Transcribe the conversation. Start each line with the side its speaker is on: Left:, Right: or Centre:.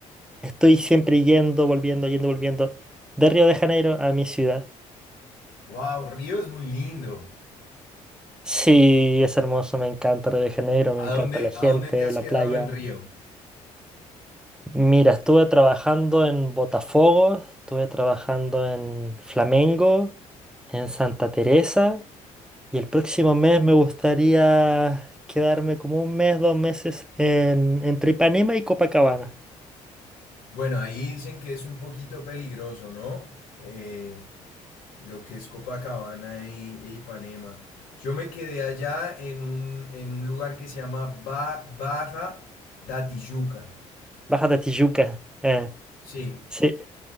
Centre: estoy siempre yendo, volviendo, yendo, volviendo de Río de Janeiro a mi ciudad.
Left: Wow, Río es muy lindo.
Centre: Sí, es hermoso, me encanta Río de Janeiro, me
Left: ¿A
Centre: encanta
Left: dónde,
Centre: la gente,
Left: a dónde te has
Centre: la
Left: quedado
Centre: playa.
Left: en Río?
Centre: Mira, estuve trabajando en Botafogo, estuve trabajando en Flamengo, en Santa Teresa y el próximo mes me gustaría quedarme como un mes, dos meses en, entre Ipanema y Copacabana.
Left: Bueno, ahí dicen que es un poquito peligroso, ¿no? Eh, lo que es Copacabana e, e Ipanema. Yo me quedé allá en un, en un lugar que se llama Ba- Baja Datiyuca.
Centre: Baja de Tijuca. eh,
Left: Sí,
Centre: sí.